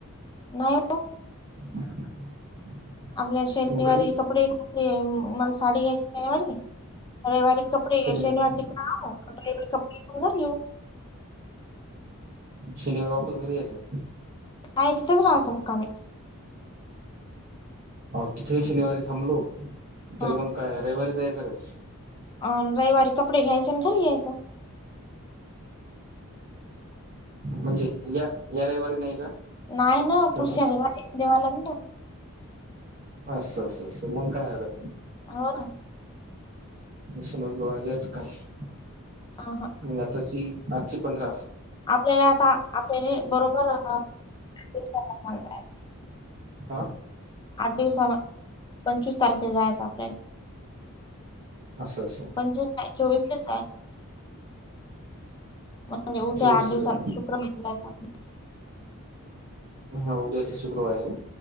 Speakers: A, on the left (about 20°); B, on the right (about 40°).
A: नाही
B: <inaudible>
A: आपल्या शनिवारी
B: मग कधी
A: कपडे घ मला साडी घ्याय शनिवारी रविवारी कपडे
B: शनिवार
A: शनिवारची <unintelligible> कपडे घेऊ.
B: शनिवार वापस घरी यायचं.
A: हाय तिथच राहायचं मुक्कामी.
B: हो तिथेही शनिवारी थांबलो तरी
A: हा
B: मग काय रविवारी जायचं काय?
A: अ रविवारी कपडे घ्यायचे आणि घरी यायच.
B: म्हणजे या या रविवारी नाही का?
A: नाही ना
B: असं
A: पुढाच्या रईवारी देवाला <unintelligible> ना.
B: असं असं असं मग काय हारकत नाही.
A: हो ना.
B: सोमवारी बघायचं यायच काय?
A: हा, हा
B: म आताची आजची पंधरा
A: आपल्याला आता आपल्या बरोबर <unintelligible>
B: हा
A: आठ दिवसान पंचवीस तारखे जायचं आपल्याले
B: अस, अस
A: <unintelligible> पंचवीस नाही चोवीसलाच जायचं. म्हणजे उद्या
B: चोवीसला
A: आठ दिवसान
B: जाऊ
A: शुक्र <unintelligible>
B: हा उद्याच शुक्रवारी आहे ना?